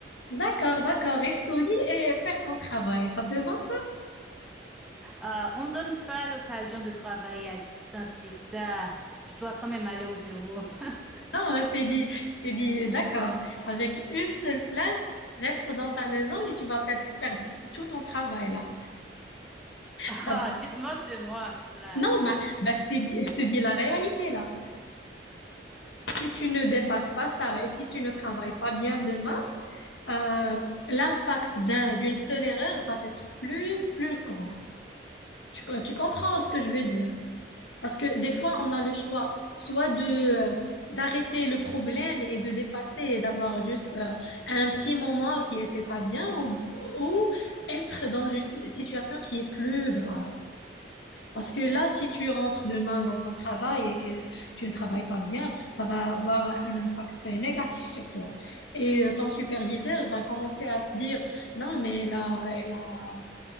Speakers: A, on the left (about 85°); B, in the centre.
A: D'accord, d'accord. Reste au lit et perds ton travail. Ça te va, ça?
B: Euh, on ne donne pas l'occasion de travailler à distance, c'est ça. Je dois quand même aller au bureau. <laughs>
A: Non, je t'ai dit, je t'ai dit, d'accord. Avec une seule plainte, reste dans ta maison et tu vas pe- perdre tout ton travail, là.
B: Ah,
A: Ça va-
B: tu te moques de moi, là.
A: Non, bah,
B: Euh, je-
A: bah, je t'ai dit, je te dis la réalité, là. Si tu ne dépasses
B: tu-
A: pas ça et si tu ne travailles pas bien demain, euh, l'impact d'un, d'une seule erreur va être plus, plus grand. Tu, co- tu comprends ce que je veux dire? Parce que des fois, on a le choix soit de euh, d'arrêter le problème et de dépasser et d'avoir juste euh, un petit moment qui était pas bien ou, ou être dans une si- situation qui est plus grave. Parce que là, si tu rentres demain dans ton travail et que tu ne travailles pas bien, ça va avoir un impact négatif sur toi. Et euh, ton superviseur va commencer à se dire, non, mais là, elle a